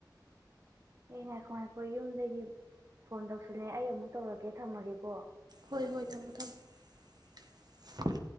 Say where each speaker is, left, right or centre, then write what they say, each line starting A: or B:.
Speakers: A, on the right; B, on the right.
A: ꯑꯦ ꯉꯥꯏꯈꯣ ꯉꯥꯏꯈꯣ ꯌꯨꯝꯗꯒꯤ ꯐꯣꯟ ꯇꯧꯁꯜꯂꯦ ꯑꯩ ꯑꯃꯨꯛ ꯇꯧꯔꯛꯀꯦ ꯊꯝꯃꯒꯦꯀꯣ
B: ꯍꯣꯏ ꯍꯣꯏ ꯊꯝꯃꯣ ꯊꯝꯃꯣ